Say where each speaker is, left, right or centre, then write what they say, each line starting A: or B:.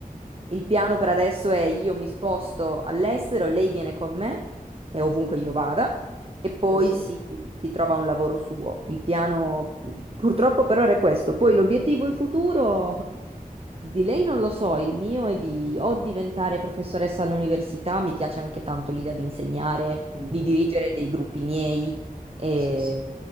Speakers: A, on the right; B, on the right.
A: il piano per adesso è io mi sposto all'estero, lei viene con me e ovunque io vada. E poi
B: Sì, sì.
A: si, si trova un lavoro suo. Il piano mh, purtroppo per ora è questo. Poi l'obiettivo in futuro di lei non lo so, il mio è di o diventare professoressa all'università, mi piace anche tanto l'idea di insegnare,
B: Mhm.
A: di dirigere dei gruppi miei, e-
B: Sì, sì.